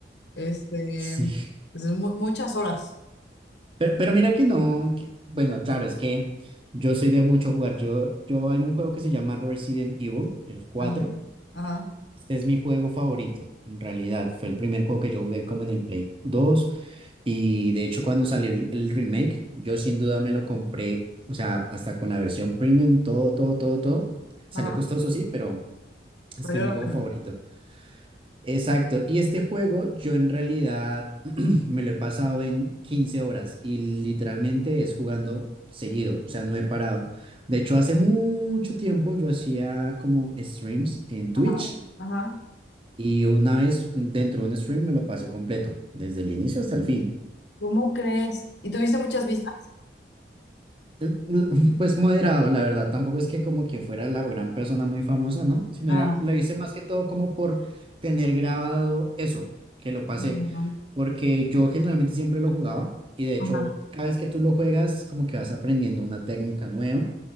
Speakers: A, on the left; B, on the right.
A: Este,
B: Sí,
A: pues es mu- muchas horas.
B: Pero, pero mira que no, que- bueno, claro, es que yo soy de mucho jugar. Yo, yo hay un juego que se llama Resident Evil, el cuatro
A: Ajá, ajá,
B: Este es mi juego favorito, en realidad. Fue el primer juego que yo jugué como en el Play dos Y de hecho cuando salió el, el remake, yo sin duda me lo compré, o sea, hasta con la versión premium, todo, todo, todo, todo. Salió
A: ajá.
B: costoso, sí, pero es
A: Valió
B: que es mi
A: la
B: juego
A: pena.
B: favorito. Exacto, y este juego yo en realidad <clears throat> me lo he pasado en 15 horas y literalmente es jugando seguido, o sea, no he parado. De hecho, hace mucho tiempo yo hacía como streams en Twitch
A: Ajá, ajá.
B: y una vez dentro de un stream me lo pasé completo, desde el inicio hasta el fin.
A: ¿Cómo crees? ¿Y tuviste muchas vistas?
B: Eh, l- <laughs> Pues moderado, la verdad. Tampoco es que como que fuera la gran persona muy famosa, ¿no? Sino
A: Ah,
B: era, lo hice más que todo como por tener grabado eso, que lo pasé.
A: ajá.
B: Porque yo generalmente siempre lo jugaba y de hecho
A: Ajá.
B: cada vez que tú lo juegas como que vas aprendiendo una técnica nueva